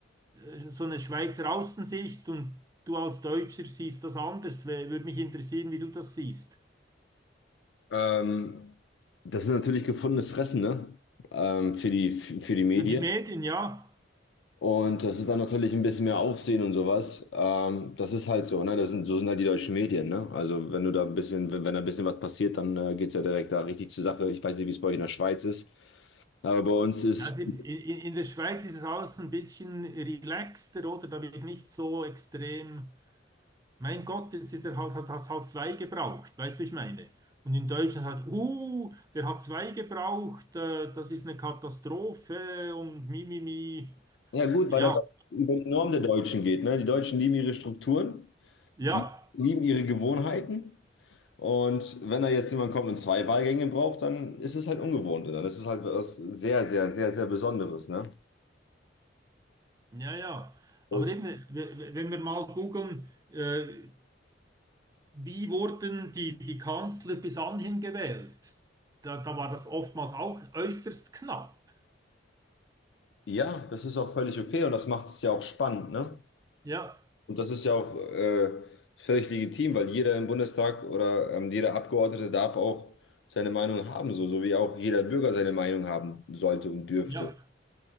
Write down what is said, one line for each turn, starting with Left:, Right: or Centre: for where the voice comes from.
Right: äh, so eine Schweizer Außensicht und du als Deutscher siehst das anders. W- Würde mich interessieren, wie du das siehst.
Left: Ähm, das ist natürlich gefundenes Fressen, ne? Ähm, für die, für die Medien.
Right: Für die Medien, ja.
Left: Und das ist dann natürlich ein bisschen mehr Aufsehen und sowas. Ähm, das ist halt so, ne? Das sind, so sind halt die deutschen Medien, ne? Also wenn du da ein bisschen, wenn, wenn da ein bisschen was passiert, dann äh, geht's ja direkt da richtig zur Sache. Ich weiß nicht, wie es bei euch in der Schweiz ist, aber bei uns ist,
Right: Also in, in in der Schweiz ist es alles ein bisschen relaxter, oder? Da wird nicht so extrem, mein Gott, jetzt ist er halt, hat, hat halt zwei gebraucht, weißt du, ich meine. Und in Deutschland halt, uh, der hat zwei gebraucht, äh, das ist eine Katastrophe und mimimi.
Left: ja gut, weil
Right: Ja,
Left: das auch über die Norm der Deutschen geht, ne? Die Deutschen lieben ihre Strukturen,
Right: ja,
Left: lie- lieben ihre Gewohnheiten. Und wenn da jetzt jemand kommt und zwei Wahlgänge braucht, dann ist es halt ungewohnt. Und dann ist es halt was sehr, sehr, sehr, sehr Besonderes, ne?
Right: ja, ja.
Left: Das,
Right: Aber eben, w- w- wenn wir mal googeln, äh, Wie wurden die, die Kanzler bis anhin gewählt? Da, da war das oftmals auch äußerst knapp.
Left: ja, das ist auch völlig okay und das macht es ja auch spannend, ne?
Right: Ja,
Left: Und das ist ja auch äh, völlig legitim, weil jeder im Bundestag oder ähm, jeder Abgeordnete darf auch seine Meinung haben, so, so wie auch jeder Bürger seine Meinung haben sollte und dürfte.
Right: ja.